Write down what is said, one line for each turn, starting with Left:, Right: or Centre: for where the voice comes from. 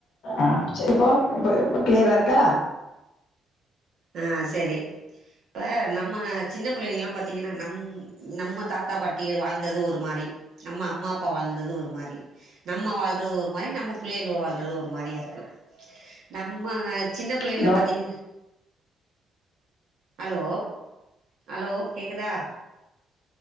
Left: ஆஹ் செரி இப்போ இப்ப இப்ப கிளியரா இருக்கா
Right: ஆஹ் செரி இப்ப நம்ம சின்ன பிள்ளைகயெல்லா பாத்திங்கன்னா நம் நம்ம தாத் தாத்தா பாட்டி வாழ்ந்தது ஒரு மாறி நம்ம அம்மா அப்பா வாழ்ந்தது ஒரு மாறி நம்ம வாழ்றது ஒரு மாறி நம்ம பிள்ளைக வாழ்றது ஒரு மாறியா இருக்கு நம்ம சின்ன பிள்ளைகள
Left: ஹலோ
Right: பாத்தீ ஹலோ ஹலோ கேக்குதா